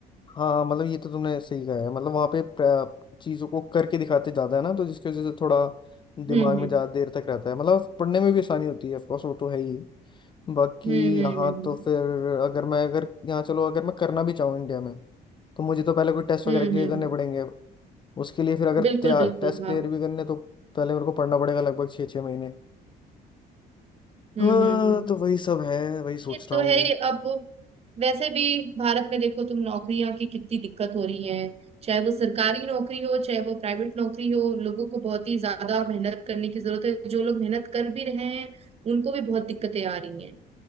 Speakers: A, on the left; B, on the right.
A: हाँ मतलब ये तो तुमने सही कहा है मतलब वहाँ पे प्र- चीज़ों को करके दिखाते ज़्यादा है ना तो जिसकी वजह से थोड़ा दिमाग
B: हम्म
A: में ज़्यादा देर तक रहता है मतलब पढ़ने में भी आसानी होती है ऑफकोर्स वो तो है ही बाकी
B: हम्म हम्म
A: यहाँ
B: हम्म हम्म
A: तो फिर अगर मैं अगर यहाँ चलो अगर मैं करना भी चाहूँ इंडिया में तो मुझे तो पहले कोई टेस्ट
B: हम्म
A: वगैरह क्लियर
B: हम्म, हम्म,
A: करने
B: हम्म,
A: पड़ेंगे उसके लिए फिर अगर
B: बिल्कुल बिल्कुल
A: टेस्ट
B: हाँ
A: क्लियर भी करने तो पहले मेरे को पढ़ना पड़ेगा लगभग छः छः महीने
B: हम्म
A: हाँ
B: हम्म हम्म
A: तो वही सब है वही सोच
B: ये
A: रहा
B: तो
A: हूँ
B: है ही। अब वैसे भी भारत में देखो तुम नौकरियां की कितनी दिक्कत हो रही है चाहे वो सरकारी नौकरी हो चाहे वो प्राइवेट नौकरी हो लोगों को बहुत ही ज्यादा मेहनत करने की जरूरत है जो लोग मेहनत कर भी रहे हैं उनको भी बहुत दिक्कतें आ रही हैं